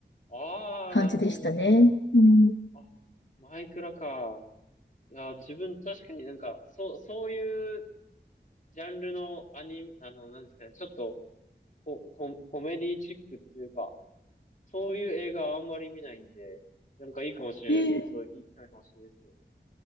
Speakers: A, on the left; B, on the left.
A: ああ、
B: 感じでしたね。
A: なるほど、なるほど。
B: うん。
A: あ、マイクラか。いや、自分確かになんか、そう、そういうジャンルのアニ、あの、なんですかね、ちょっとコ、コ、コメディチックっていうか、そういう映画はあんまり見ないんで、なんかいいかもしれないですね。
B: え
A: そういういい機会かもしれないですね。